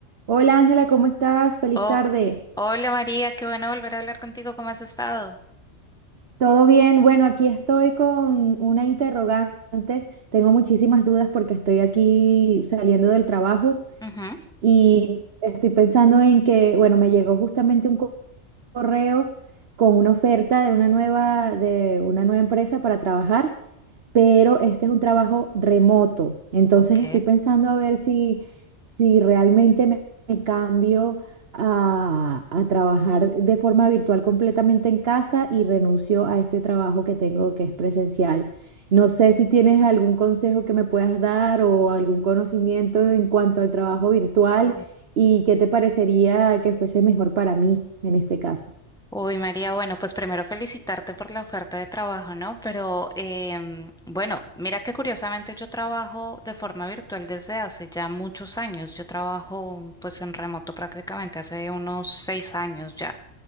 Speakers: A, on the right; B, in the centre.
A: Hola Ángela, ¿cómo estás? Feliz
B: Oh,
A: tarde.
B: hola María, qué bueno volver a hablar contigo. ¿Cómo has estado?
A: ¿Todo bien? Bueno, aquí estoy con una interrogante. Tengo muchísimas dudas porque estoy aquí saliendo del trabajo
B: Ujú,
A: y estoy pensando en que, bueno, me llegó justamente un co- correo con una oferta de una nueva, de una nueva empresa para trabajar pero este es un trabajo remoto. Entonces
B: Ok.
A: estoy pensando a ver si, si realmente me, me cambio a, a trabajar de forma virtual completamente en casa y renuncio a este trabajo que tengo que es presencial. No sé si tienes algún consejo que me puedas dar o algún conocimiento en cuanto al trabajo virtual
B: Uy.
A: y qué te parecería que fuese mejor para mí en este caso.
B: Uy, María, bueno, pues primero felicitarte por la oferta de trabajo, ¿no? Pero em, bueno, mira que curiosamente yo trabajo de forma virtual desde hace ya muchos años. Yo trabajo pues en remoto prácticamente hace unos seis años ya.